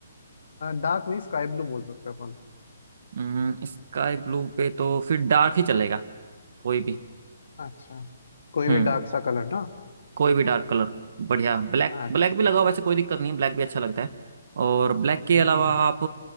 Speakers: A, on the left; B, on the right.
A: डार्क नहीं स्काई ब्लू बोल सकते अपन
B: हम्म, स्काई ब्लू पे तो फिर डार्क ही चलेगा कोई भी
A: अच्छा कोई
B: हम्म
A: भी डार्क सा कलर ना
B: कोई भी डार्क कलर बढ़िया ब्लैक
A: अच्छा
B: ब्लैक भी लगाओ वैसे कोई दिक्कत नहीं है ब्लैक भी अच्छा लगता है और ब्लैक के
A: हम्म
B: अलावा आप